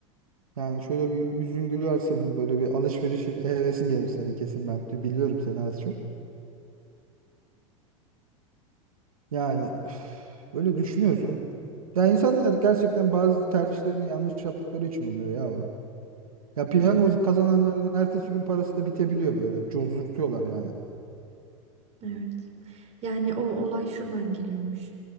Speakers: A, on the right; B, on the right.
A: Yani şöyle bir yüzün güler senin böyle bir alışveriş hevesin gelir senin kesin ben biliyorum seni az çok. Yani üf, böyle düşünüyorsun. Ya insanlar gerçekten bazı tercihlerini yanlış yaptıkları için oluyor ya o. Ya piyango
B: Hmm.
A: kazananların ertesi gün parası da bitebiliyor böyle cozurtuyorlar yani.
B: Evet. Yani o olay şuradan geliyormuş.